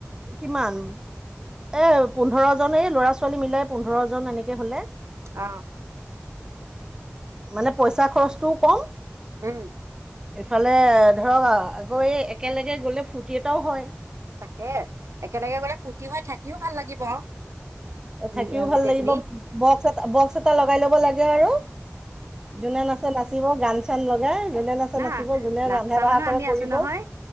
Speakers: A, on the right; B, on the right.
A: কিমান এ, পোন্ধৰ জন এই ল'ৰা ছোৱালী মিলাই পোন্ধৰ জন এনেকে হলে।
B: আহ।
A: মানে পইচা খৰচটোও কম,
B: উম,
A: এইফালে ধৰক আকৌ এই একেলগে গলে ফূৰ্তি এটাও হয়।
B: তাকে একেলগে গলে ফূৰ্তি হৈ থাকিও ভাল লাগিব। নি-
A: থাকিও
B: এ,
A: ভাল
B: গোটেইখিনি
A: লাগিব বক্স এ বক্স এটা লগাই লব লাগে আৰু। যোনে নাচে নাচিব গান চান লগাই যোনে নাচে
B: না
A: নাচিব যোনে
B: নাচা
A: ৰন্ধা বঢ়া
B: মানুহ
A: কৰে
B: আমি
A: কৰিব
B: আছো নহয়,